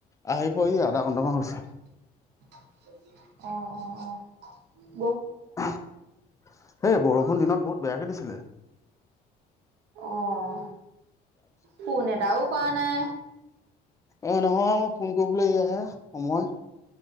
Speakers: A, on the left; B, on the right.
A: আহি পোৱাহি আধা ঘণ্টামান হৈছে।
B: <unintelligible> অঁ অঁ অঁ।
A: সেই বৰষুণ দিনত বহুত বেয়াকে দিছ ছিলে।
B: অঁ। ফোন এটাও কৰা নাই।
A: অঁ নহয় মই ফোন কৰিবলৈ এইয়া হে সময়